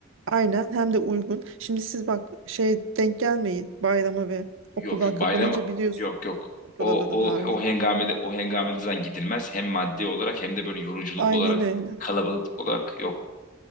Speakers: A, on the right (about 80°); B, on the left (about 40°).
A: aynen hem de uygun. Şimdi siz bak şey denk gelmeyin bayrama ve okullar
B: Yok yok
A: kapanınca
B: bayram.
A: biliyorsun.
B: Yok yok.
A: Buraların
B: O o
A: halini.
B: o hengamede o hengamede zaten gidilmez. Hem maddi olarak hem de böyle yoruculuk
A: Aynen
B: olarak
A: öyle.
B: kalabalık olarak yok.